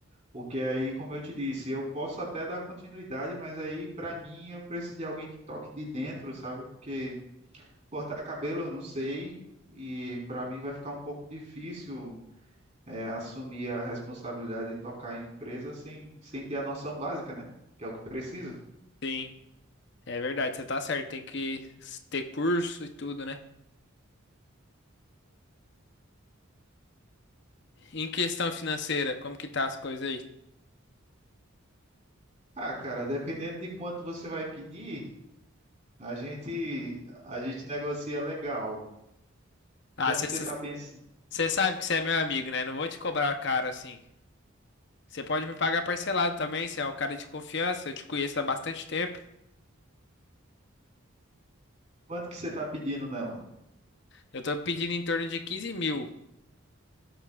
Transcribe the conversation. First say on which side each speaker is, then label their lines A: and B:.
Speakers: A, on the right; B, on the left.
A: porque aí, como eu te disse, eu posso até dar continuidade, mas aí para mim eu preciso de alguém que toque de dentro, sabe? Porque Cortar cabelo, eu não sei, e para mim vai ficar um pouco difícil é, assumir a responsabilidade de tocar a empresa sem, sem ter a noção básica, né? Que é o que precisa.
B: Sim, é verdade, você tá certo. Tem que ter curso e tudo, né? Em questão financeira, como que tá as coisas aí?
A: Ah, cara, dependendo de quanto você vai pedir, a gente a gente negocia legal.
B: Ah,
A: Quanto
B: você
A: que você tá pensando?
B: sabe que você é meu amigo, né? Não vou te cobrar caro assim. Você pode me pagar parcelado também, você é um cara de confiança, eu te conheço há bastante tempo.
A: Quanto que você tá pedindo nela?
B: Eu tô pedindo em torno de 15 mil.